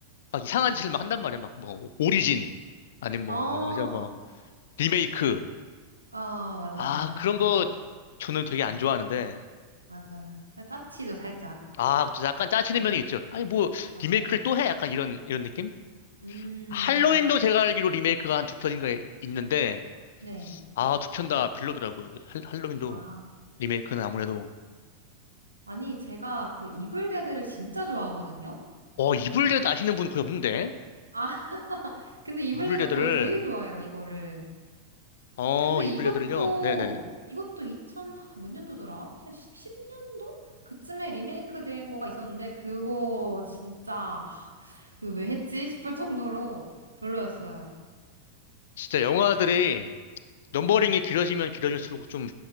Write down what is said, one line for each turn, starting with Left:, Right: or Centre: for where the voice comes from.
Left: 막 이상한 짓을 막 한단 말이야. 막, 뭐, 오리진, 아니면 뭐,
Right: 어, 어,
Left: 뭐, 저 뭐, 리메이크.
Right: 맞아,
Left: 아,
Right: 맞아.
Left: 그런
Right: 응,
Left: 거 저는 되게 안 좋아하는데,
Right: 맞아. 살- 짜치죠, 살짝.
Left: 아, 그쵸. 약간 짜치는
Right: 응,
Left: 면이 있죠. 아니, 뭐,
Right: 맞아요.
Left: 리메이크를 또 해? 약간 이런, 이런 느낌?
Right: 음,
Left: 할로윈도
Right: 맞아.
Left: 제가 알기로 리메이크가 한 두 편인가 있는데,
Right: 네.
Left: 아, 두 편 다 별로더라고요. 할, 할로윈도,
Right: 아.
Left: 리메이크는 아무래도.
Right: 아니, 제가 그 이블데드를 진짜 좋아하거든요?
Left: 어, 이블레드 아시는 분 거의 없는데?
Right: 아, <laughs> 근데 이블데드
Left: 이블레드를,
Right: 거의 제일 좋아해요, 이거를.
Left: 어,
Right: 근데
Left: 이블레드를요?
Right: 이것도,
Left: 네네.
Right: 이것도 2000, 하, 몇 년도더라? 한 10년도? 그쯤에 리메이크 된 거가 있었는데, 그거 진짜, 하, 이거 왜 했지? 싶을 정도로 별로였어요.
Left: 진짜 영화들이 넘버링이
Right: 네,
Left: 길어지면 길어질수록 좀